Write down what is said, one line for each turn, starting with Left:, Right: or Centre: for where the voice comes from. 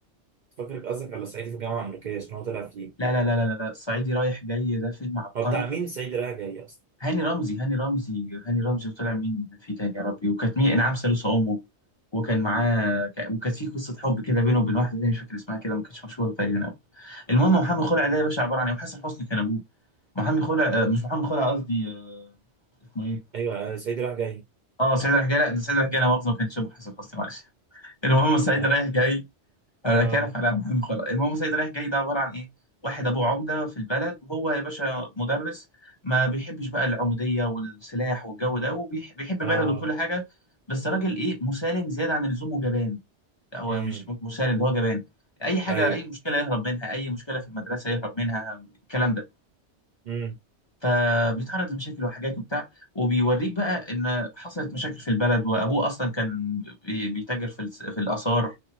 Right: كنت فاكرك قصدك على صعيدي في الجامعه الامريكيه عشان هو طلع فيه
Left: لا لا لا لا لا لا، الصعيدي رايح جاي ده فيلم عبقري
Right: هو بتاع مين صعيدي رايح جاي اصلا
Left: هاني رمزي هاني رمزي هاني رمزي وطلع مين في تاني يا ربي وكانت مين انعام سالوسة امه وكان معاه ك- وكانت في قصه حب كده بينه وبين واحده تانية مش فاكر اسمها كده ما كانتش مشهوره تقريبا قوي المهم محمد خلع ده يا باشا عباره عن ايه وحسن حسني كان ابوه محمد خلع آه، مش محمد خلع قصدي آه، اسمه ايه
Right: ايوه آه، صعيدي رايح جاي
Left: اه سعيد رايح جاي لا ده سعيد رايح جاي لا مؤاخذه ما كانش ابو حسن حسني معلش المهم سعيد
Right: انا
Left: رايح جاي انا
Right: اه
Left: كارف على محمد خلاص المهم سيد رايح جاي ده عباره عن ايه واحد ابوه عمده في البلد وهو يا باشا مدرس ما بيحبش بقى العموديه والسلاح والجو ده وبيحب بلده
Right: اه
Left: وكل حاجه بس راجل ايه مسالم زياده عن اللزوم وجبان لا هو
Right: امم
Left: مش م- مسالم ده هو جبان اي حاجه
Right: ايوه
Left: اي مشكله يهرب منها اي مشكله في المدرسه يهرب منها الكلام ده
Right: امم
Left: فبيتعرض لمشاكل وحاجات وبتاع وبيوريك بقى ان حصلت مشاكل في البلد وابوه اصلا كان بي- بيتاجر في الس- في الاثار